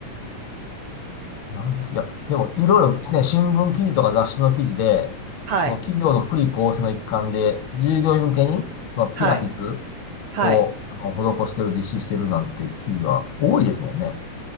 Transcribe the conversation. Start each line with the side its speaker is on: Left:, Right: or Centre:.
Left: なるほど。いや、でも、いろいろね、新聞記事とか雑誌の記事で、
Right: はい。
Left: その企業の福利厚生の一環で、従業員向けに、そのピラティス
Right: はい。はい。
Left: を、あの、施してる、実施してるなんて記事は多いですもんね。